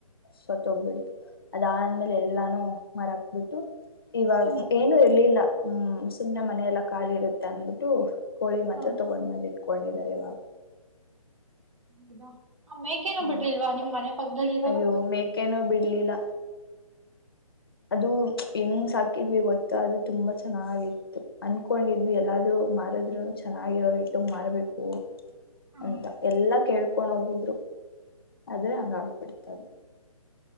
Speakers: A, on the left; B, on the right.
A: ಸತ್ ಹೋಗ್ಬಿಟತ್ತು ಅದಾದ್ಮೇಲೆ ಎಲ್ಲಾನು ಮರಾಕ್ ಬಿಟ್ಟು ಇವಾಗ
B: ಹ್ಮ್
A: ಏನು ಇರ್ಲಿಲ್ಲ ಹ್ಮ ಸುಮ್ಮನೆ ಮನೆಯಲ್ಲ. ಖಾಲಿ ಇರತ್ತೆ ಅಂದಬಿಟ್ಟು. ಕೋಳಿ ಮಾತ್ರ
B: ಹಾ
A: ತಗೊಂಡ್ ಬಂದಿ. ಕೊಂಡಿದ್ದಾರೆ ಇವಾಗ.
B: ಹೌದ. ಆ ಮೇಕೇನು
A: ಹ
B: ಬಿಡ್ಲಿಲ್ವಾ ನಿಮ್ ಮನೆ ಪಕ್ಕದಲ್ಲಿ ಇರೋರು.
A: ಅಯ್ಯೋ ಮೇಕೆನೂ ಬಿಡ್ಲಿಲ್ಲ ಅದು ಹೆಂಗ್ ಸಾಕಿದ್ವಿ ಗೊತ್ತಾ ಅದು ತುಂಬಾ ಚೆನ್ನಾಗಿತ್ತು ಅನ್ಕೊಂಡಿದ್ವಿ ಎಲ್ಲಾದ್ರು ಮಾರುದ್ರುನು ಚೆನ್ನಾಗಿರೋ ರೇಟ್ಗ್ ಮಾರ್ಬೇಕು.
B: ಹ್ಮ್.
A: ಅಂತ ಎಲ್ಲಾ ಕೇಳ್. <unintelligible> ಹೋಗಿದ್ರು. ಆದ್ರೆ ಹಂಗ್ ಆಗ ಬಿಟ್ಟತ್ತದು.